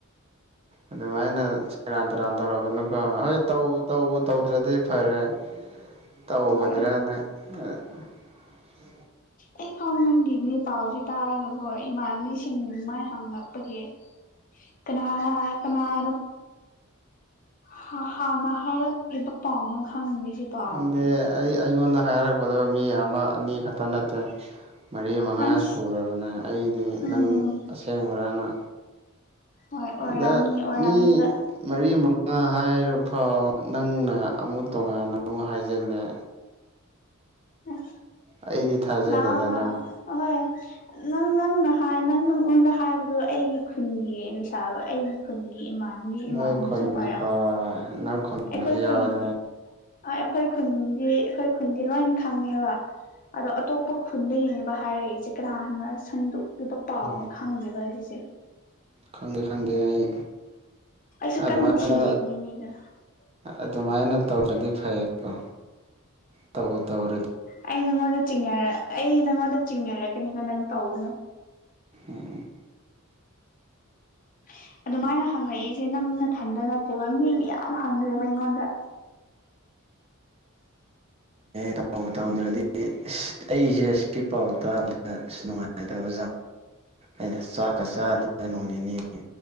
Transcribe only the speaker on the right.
ꯑꯗꯨꯃꯥꯏꯅ ꯁꯦꯔꯥꯟ ꯇꯨꯔꯥꯟ ꯇꯧꯔꯒꯅꯀ ꯍꯣꯏ ꯇꯧ ꯇꯧꯕ ꯇꯧꯗ꯭ꯔꯗꯤ ꯐꯔꯦ ꯇꯧꯒꯗ꯭ꯔꯅ
<unintelligible>
ꯈꯪꯗꯦ ꯑꯩ ꯑꯩꯉꯣꯟꯗ ꯍꯥꯏꯔꯛꯄꯗꯣ ꯃꯤ ꯑꯃ ꯑꯅꯤ ꯈꯛꯇ ꯅꯠꯇꯦ ꯃꯔꯤ ꯃꯉꯥ
ꯁꯨꯔꯕꯅꯦ ꯑꯩꯗꯤ
ꯅꯪ ꯑꯁꯦꯡꯕꯔꯅ
ꯑꯗ
ꯃꯤ ꯃꯔꯤ ꯃꯛ ꯅ ꯍꯥꯏꯔ ꯐꯥꯎ ꯅꯪꯅ ꯑꯃꯨꯛ ꯇꯣꯉꯥꯟꯅ ꯑꯃꯨꯛ ꯍꯥꯏꯖꯤꯜꯂꯦ
ꯑꯩꯗꯤ ꯊꯥꯖꯗꯦꯗ
ꯅꯪ
ꯅꯣꯏ ꯈꯨꯟ
ꯍꯣꯏ ꯅꯣꯏ ꯈꯨꯟꯒꯁꯨ
ꯌꯥꯎꯔꯦ
ꯎꯝ
ꯈꯪꯗꯦ ꯈꯪꯗꯦ ꯑꯩ
ꯑꯗꯨꯃꯥꯏꯅ
ꯑꯗꯨꯃꯥꯏꯅ ꯇꯧꯗ꯭ꯔꯗꯤ ꯐꯩꯌꯦ ꯀꯣ ꯇꯧꯕ ꯇꯧꯔ
ꯎ ꯎꯝ
ꯇ ꯇꯧꯗ꯭ꯔꯗꯤ ꯑ ꯑꯩꯁꯦ ꯑꯀꯤ ꯄꯥꯎ ꯇꯥꯕꯗ ꯑꯁ ꯅꯨꯡꯉꯥꯏꯅ ꯇꯧ ꯩꯅ ꯆꯥꯛꯀ ꯆꯥ ꯑꯗꯨꯗ ꯅꯣꯡꯅꯦꯅꯤꯅꯤ